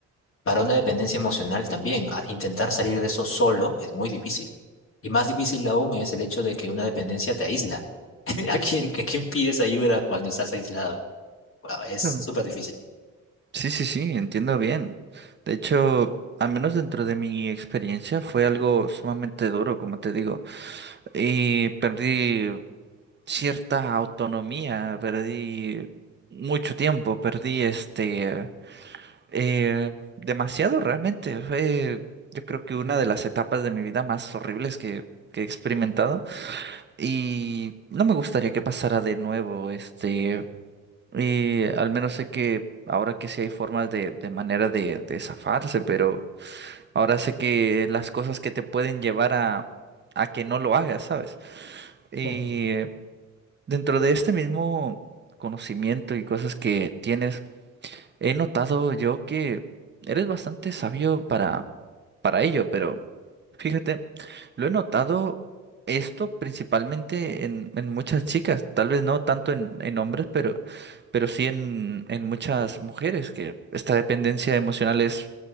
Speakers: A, on the left; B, on the right.
A: para una dependencia emocional también, a- intentar salir de eso solo es muy difícil. Y más difícil aún es el hecho de que una dependencia te aísla. <laughs> ¿A quién, a quién pides ayuda cuando estás aislado? Guau, es
B: Claro.
A: súper difícil.
B: Sí, sí, sí, entiendo bien. De hecho, al menos dentro de mi experiencia fue algo sumamente duro, como te digo. Y perdí cierta autonomía, perdí mucho tiempo, perdí este Eh, demasiado realmente. Fue, yo creo que una de las etapas de mi vida más horribles que, que he experimentado. Y no me gustaría que pasara de nuevo. Este, y al menos sé que ahora que sí hay formas de, de manera de, de zafarse, pero ahora sé que las cosas que te pueden llevar a, a que no lo hagas, ¿sabes? Y
A: Sí.
B: eh, dentro de este mismo conocimiento y cosas que tienes He notado yo que eres bastante sabio para, para ello, pero fíjate, lo he notado esto principalmente en, en muchas chicas, tal vez no tanto en, en hombres, pero, pero sí en, en muchas mujeres, que esta dependencia emocional es